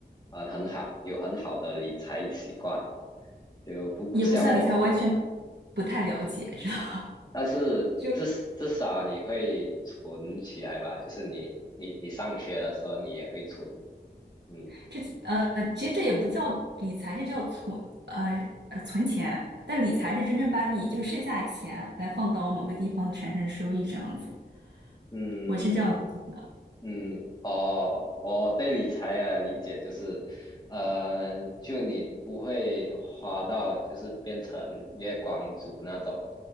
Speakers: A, on the left; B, on the right.
A: 呃很好有很好的理财习惯，就不不像我，
B: 也不算理财，完全不太了解，知道。
A: 但是至至少你会存起来吧，
B: 就。<laughs>
A: 就是你你你上学的时候你也会存，嗯。
B: 这呃，其实这也不叫理财，这叫存呃呃存钱。但理财是真正把你就是剩下的钱来放到某个地方产生收益这样子，
A: 嗯
B: 我是这样子的。
A: 嗯，哦，我我对理财的理解就是，呃，就你不会花到就是变成月光族那种，